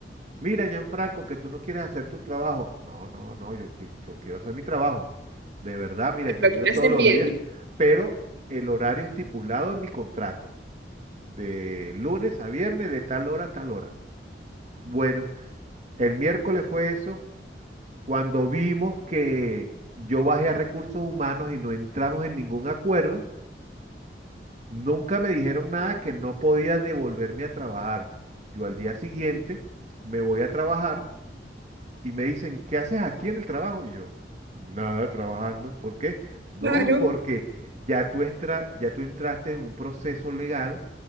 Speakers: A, on the right; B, on the right.
A: Mira, Gianfranco, que tú no quieres hacer tu trabajo. No, no, no, yo, qui- yo quiero hacer mi trabajo. De verdad, mira, yo
B: Lo
A: he
B: que
A: ido
B: era
A: todos
B: hacer
A: los
B: bien.
A: días,
B: <laughs>
A: pero el horario estipulado en mi contrato, de lunes a viernes, de tal hora a tal hora. Bueno, el miércoles fue eso, cuando vimos que yo bajé a recursos humanos y no entramos en ningún acuerdo, nunca me dijeron nada que no podía devolverme a trabajar. Yo al día siguiente me voy a trabajar. y me dicen, ¿qué haces aquí en el trabajo? Y yo, nada, trabajando. ¿Por qué? No,
B: Claro.
A: porque ya tú, estra- ya tú entraste en un proceso legal